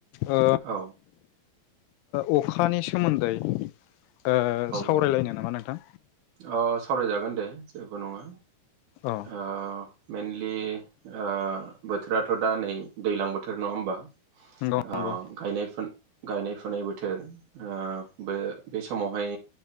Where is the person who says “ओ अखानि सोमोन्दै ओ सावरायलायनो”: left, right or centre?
Left